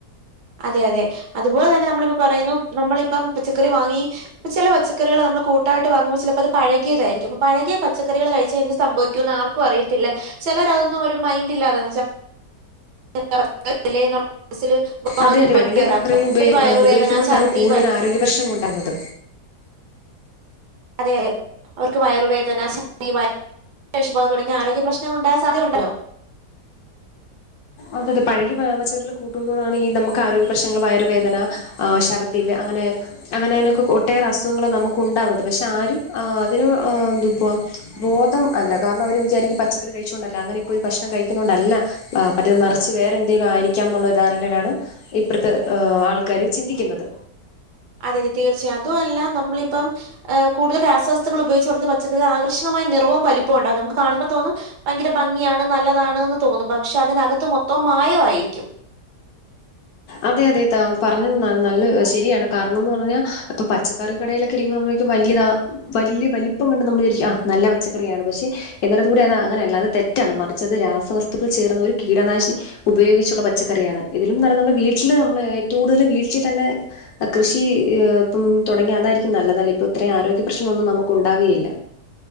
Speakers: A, on the right; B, on the left.
A: അതെ അതെ അതുപോലെ തന്നെ നമ്മളിപ്പ പറയുന്നു നമ്മളിപ്പം പച്ചക്കറി വാങ്ങി ഇപ്പ ചില പച്ചക്കറികൾ നമ്മൾ കൂട്ടായിട്ട് വാങ്ങുമ്പോൾ ചിലപ്പോ അത് പഴകതായിരിക്കുംപ്പൊ പഴകിയ പച്ചക്കറികൾ കഴിച്ചാ എന്ത് സംഭവിക്കുമന്ന് ആർക് ർക്കും അറിയത്തില്ല ചിലരതൊന്നും മൈന്റില്ലാതെ <inaudible>
B: അതെ അതെ
A: ഉപയോഗിക്കാറുണ്ട്.
B: പഴകിയ പക്കറികൾ
A: ഈ വയറുവേദന,
B: ഉപയോഗുമ്പോഴത്താണ്
A: ഛർദി
B: കൂടുതൽ
A: വ
B: ആരോഗ്യ പ്രശ്നം ഉണ്ടാകുന്നത്
A: അതെ അതെ അവർക്ക് വയറുവേദന ശർദി <unintelligible> ശേഷുപാ തുടങ്ങിയ ആരോഗ്യ പ്രശ്നങ്ങൾ ഉണ്ടായൻ സാധ്യയുണ്ടല്ലോ
B: അതൊരു <unintelligible> കൂട്ട്ന്ന കൊണ്ടാണീ ഈ നമ്മക്ക് ആരോഗ്യ പ്രശ്നങ്ങള് വയറുവേദന ആഹ് ശർദ്ദില് അങ്ങനെ അങ്ങനെ അങ്ങനെയൊക്കെ ഒട്ടേറെ അസുഖങ്ങള് നമ്മക്ക് ഉണ്ടാകുന്നത് പക്ഷെ ആരും ആഹ് അതിനോ ഏഹ് <unintelligible> ബോധം അല്ല കാരണം അവര് വിചാരിക്കും പച്ചക്കറി കഴിച്ചോണ്ടല്ലാ അങ്ങനെ ഇപ്പോ ഒരു ഭക്ഷണം കഴിക്കുന്നൊണ്ടല്ലാ <unintelligible> മറ്റേത് മറിച്ച് വേറെ എന്തെങ്കിലും ആയിരിക്കാന്നുള്ള ധാരണയിലാണ് ഇപ്പഴ്ത്തെ ആൾക്കാര് ചിന്തിക്കുന്നത്
A: അതെ അതെ തീർച്ചയും അതു അല്ലാ നമ്മളിപ്പം ഏഹ് കൂടുതൽ രാസവസ്തുക്കൾ ഉപയോഗിച്ചെട്ത്ത പ പച്ചക്കറി ആകർഷകമായ നിറവും വലിപ്പവും ഉണ്ടാവും നമ്മക്ക് കാണുമ്പോ തോന്നും ഭയങ്കര ഭംഗിയാണ് നല്ലതാണ് താണ്ന്ന് തോന്നും പക്ഷെ അതിനകത്ത് മൊത്തം മായവായിരിക്കും
B: അതെ അതെ ത പറഞ്ഞത് നൽ നല്ല ശരിയാണ് കാരണോന്ന് പറഞ്ഞാ ഇപ്പൊ പച്ച കെറി കടയിലൊക്കെ ഇരിക്കുമ്പോ നമ്മള് വല്യതാ വല്യ വലിപ്പം കണ്ട് നമ്മള് വിചാരിക്കും ആഹ് നല്ല പച്ചക്കറിയാണ് പക്ഷേ എന്നിട്ട <unintelligible> അത് അങ്ങനെയല്ലാ അത് തെറ്റാണ് മറിച്ചത് രാസവസ്തുക്കൾ ചേർന്ന ഒരു കീടനാശി ഉപയോഗിച്ചുള്ള പച്ചക്കറിയാണ് ഇതിലും നല്ല നമ്മള് വീട്ടില് നമ്മള് ഏറ്റവും കൂടുതല് വീട്ടി തന്നെ ആഹ് കൃഷി ഈ ഇപ്പം തൊടങ്ങിയാ അതായിരിക്കും നല്ലതല്ലേ ഇപ്പൊ ഇത്രയും ആരോഗ്യ പ്രശ്നൊന്നും നമ്മക്ക് ഉണ്ടാവേയില്ല